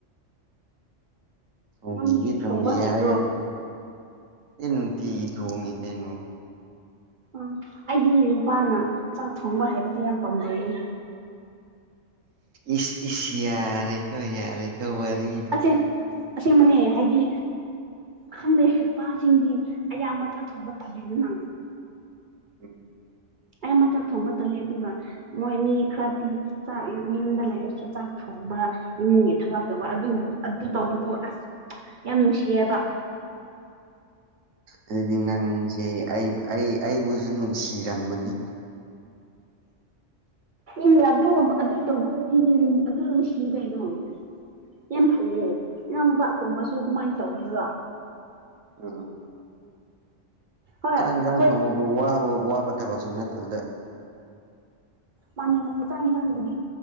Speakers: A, on the right; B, on the right.
A: ꯊꯣꯡꯕꯤꯒꯦ
B: ꯅꯪꯗꯤ ꯊꯣꯡꯕ
A: ꯊꯣꯡꯕꯤꯒꯦ
B: ꯍꯩꯕ꯭ꯔꯣ
A: ꯍꯥꯏꯔꯒ ꯑꯦ ꯅꯨꯡꯇꯤꯒꯤ ꯊꯣꯡꯉꯦ ꯀꯩꯅꯣ
B: ꯎꯝ ꯑꯩꯒꯤ ꯅꯨꯄꯥꯅ ꯆꯥꯛ ꯊꯣꯡꯕ ꯍꯩꯕꯁꯦ ꯌꯥꯝ ꯄꯥꯝꯖꯩꯌꯦ
A: ꯏ ꯏ ꯌꯥꯔꯦ ꯀꯣ ꯌꯥꯔꯦ ꯀꯣ ꯋꯥꯔꯤ
B: ꯑꯁꯦꯡ ꯑꯁꯦꯡꯕꯅꯦ ꯍꯥꯏꯗꯤ ꯈꯪꯗꯦ ꯅꯨꯄꯥꯁꯤꯡꯗꯤ ꯑꯌꯥꯝꯕ ꯇ ꯊꯣꯡꯕ ꯇꯜꯂꯤꯗ ꯅ
A: ꯎꯝ
B: ꯑꯩ ꯑꯃꯛ ꯆꯥꯛ ꯊꯣꯡꯕ ꯇꯜꯂꯦ ꯑꯗꯨꯒ ꯃꯣꯏ ꯃꯤ ꯈꯔꯗꯤ ꯆꯥꯛ ꯃꯤꯌꯨꯝꯗ ꯂꯩꯔꯁꯨ ꯆꯥꯛ ꯊꯣꯡꯕ ꯏꯃꯨꯡꯒꯤ ꯊꯕꯛꯇꯧꯕ ꯑꯗꯨ ꯑꯗꯨ ꯇꯧꯕꯗꯣ ꯑꯁ ꯌꯥꯝ ꯅꯨꯡꯁꯤꯌꯦꯕ
A: ꯑꯗꯨꯗꯤ ꯅꯪꯁꯦ ꯑꯩ ꯑꯩ ꯑꯩꯕꯨꯁꯨ ꯅꯨꯡꯁꯤꯔꯝꯃꯅꯤ
B: ꯏ ꯑꯗꯨ ꯑꯗꯨ ꯇ ꯑꯗꯨꯤꯒ ꯏꯗꯣ <unintelligible> ꯌꯥꯝ ꯐꯩꯌꯦ ꯏꯅꯥꯎꯅꯨꯄꯥ ꯑꯇꯣꯝꯕꯁꯨ ꯑꯗꯨꯃꯥꯏꯅ ꯇꯧꯋ‌ꯦꯕ
A: ꯎꯝ
B: ꯍꯣꯏ
A: ꯆꯥꯛ
B: ꯑꯩꯈꯣꯏ
A: ꯌꯦꯟꯁꯥꯡ ꯊꯣꯡꯕꯕꯨ ꯋꯥꯕ ꯋꯥꯕ ꯊꯕꯛꯁꯨ ꯅꯠꯇꯕꯗ
B: ꯃꯥꯅꯦ ꯃꯥꯅꯦ ꯆꯥꯛ ꯏꯟꯁꯥꯡꯕꯨꯗꯤ